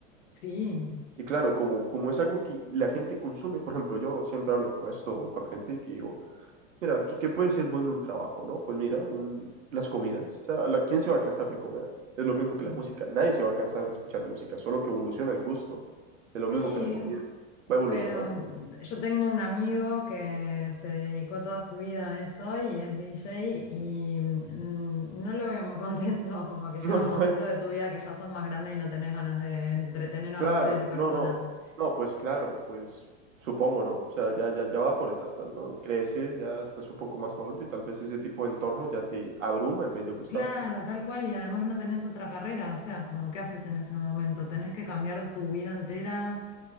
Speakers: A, on the left; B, on the right.
A: Sí,
B: Y claro, como, como es algo que la gente consume, por ejemplo, yo siempre hablo con esto, con la gente que digo, Mira, ¿qué, qué puede ser bueno un trabajo, ¿no? Pues mira, un- las comidas. O sea, la- ¿quién se va a cansar de comer? Es lo mismo
A: sí.
B: que la música. Nadie se va a cansar de escuchar música, solo que evoluciona el gusto. Es lo mismo
A: Sí,
B: que la comida. Va evolucionando.
A: pero yo tengo un amigo que se dedicó toda su vida a eso y es DJ y mm, no lo veo muy contento, <laughs> como que llega
B: <laughs> No, no,
A: un momento
B: eh,
A: de tu vida que ya sos más grande y no tenés ganas de entretener a
B: Claro,
A: miles de personas.
B: no, no. No, pues claro, pues supongo, ¿no? O sea, ya, ya, ya va por etapas, ¿no? Creces, ya estás un poco más adulto y tal vez ese tipo de entorno ya te abruma en vez de gustarte.
A: Claro, tal cual, y además no tenés otra carrera, o sea, como qué haces en ese momento, tenés que cambiar tu vida entera,